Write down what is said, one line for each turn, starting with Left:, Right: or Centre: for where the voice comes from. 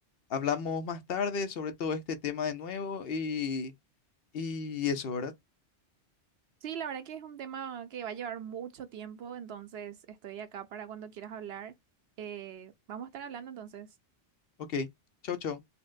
Left: hablamos más tarde sobre todo este tema de nuevo y, y eso, ¿verdad?
Right: Sí, la verdad que es un tema que va a llevar mucho tiempo, entonces estoy acá para cuando quieras hablar. Eh, vamos a estar hablando entonces.
Left: Ok, chau, chau.